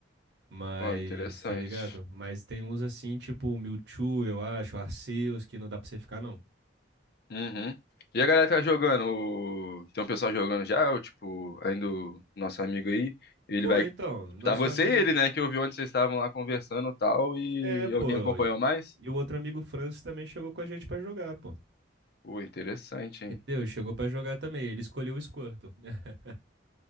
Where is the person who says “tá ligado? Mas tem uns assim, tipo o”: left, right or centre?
Right